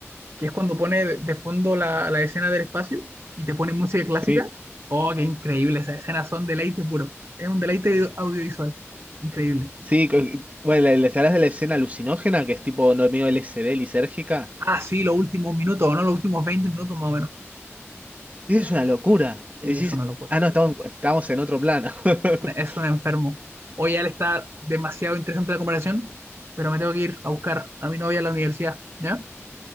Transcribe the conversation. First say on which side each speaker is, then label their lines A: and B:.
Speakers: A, on the right; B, on the right.
A: que es cuando pone de de fondo la, la escena del espacio y te pone música clásica.
B: Sí,
A: Oh, qué increíble, esas escenas son deleite puro. Es un deleite audio- audiovisual. Increíble.
B: Sí, co- bueno, la, la- ¿sabés de la escena alucinógena que es tipo no medio LSD lisérgica?
A: Ah, sí, los últimos minutos, ¿no? Los últimos 20 minutos más o menos.
B: Y es una locura.
A: Es
B: Y decís,
A: una locura.
B: ah, no, estamos, estamos en otro plano. <laughs>
A: Una- Es un enfermo. Hoy ya le está demasiado interesante la comparación, pero me tengo que ir a buscar a mi novia a la universidad. ¿Ya?